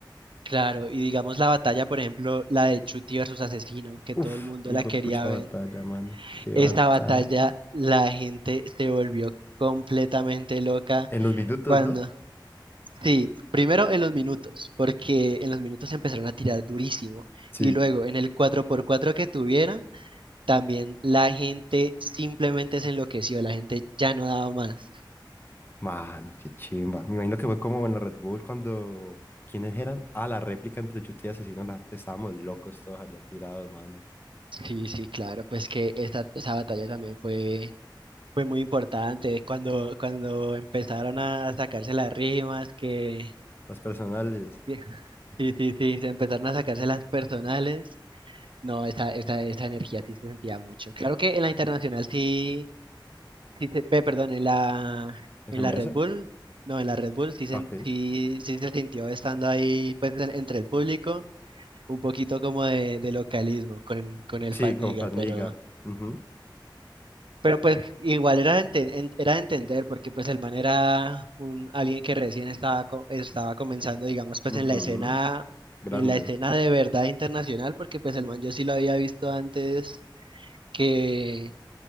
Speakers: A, on the right; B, on the left.
A: claro, y digamos la batalla, por ejemplo, la de Chuty versus Asesino, que
B: Uf,
A: todo el mundo
B: qué hijo
A: la quería
B: de pucha
A: ver,
B: batalla, mano. Qué
A: esa
B: batalla.
A: batalla la gente se volvió completamente loca
B: En los minutos,
A: cuando...
B: ¿no?
A: Sí, primero en los minutos, porque en los minutos empezaron a tirar durísimo
B: Sí.
A: y luego en el cuatro por cuatro que tuvieron también la gente simplemente se enloqueció, la gente ya no daba más.
B: Mano, qué chimba. Me imagino que fue como en la Red Bull cuando. ¿Quiénes eran? Ah, la réplica entre Chute y Asesino. la- Estábamos locos todos allá tirados, mano.
A: Sí, sí, claro, pues que esa, esa batalla también fue, fue muy importante cuando, cuando empezaron a sacarse las rimas, que,
B: Las personales.
A: que- <laughs> sí, sí, sí, se empezaron a sacarse las personales. No, esa, esa, esa energía sí se sentía mucho. Claro que en la internacional sí, sí se, pe- perdón, en la,
B: ¿FMS?
A: en la Red Bull, no, en la Red Bull sí se,
B: Ok.
A: sí, sí se sintió estando ahí pues en- entre el público. un poquito como de, de localismo con, con el
B: Sí,
A: Fatniga,
B: con Faniga.
A: pero,
B: Ujú,
A: pero pues igual era de, enten- en- era de entender porque pues el man era un, alguien que recién estaba, co- estaba comenzando, digamos, pues
B: ujú.
A: en la escena,
B: Grande.
A: en la escena de verdad internacional, porque pues el man yo sí lo había visto antes que,